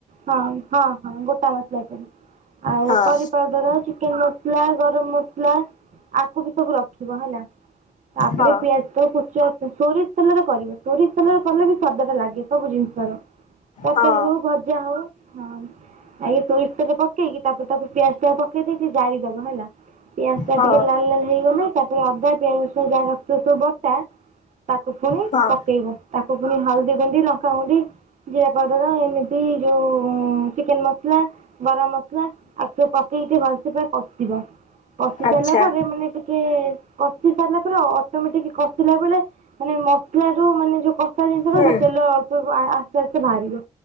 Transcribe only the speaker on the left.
ହଁ
ହଁ
ହଁ
ହଁ
ହଁ
ଆଚ୍ଛା
ହୁଁ